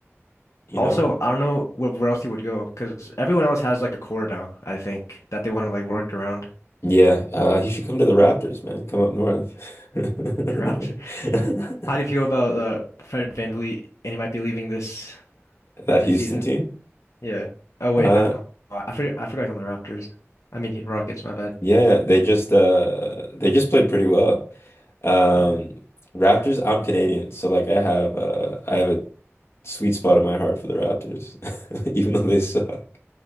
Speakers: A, on the left; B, on the left.
A: you
B: Also,
A: know?
B: I don't know where, where else he would go because everyone else has like a core now, I think, that they want to like work around.
A: Yeah, uh, he should come to the Raptors, man. Come up north. <laughs>
B: Draft How do you feel about uh, Fred VanVleet and he might be leaving this
A: That
B: this
A: Houston
B: season?
A: team?
B: Yeah. Oh wait,
A: Uh,
B: no. I forgot I forgot he's on the Raptors. I mean he- Rockets, my bad.
A: Yeah, they just uh they just played pretty well. Um
B: Yeah.
A: Raptors, I'm Canadian, so like I have uh I have a sweet spot in my heart for the Raptors, <laughs> even though they suck.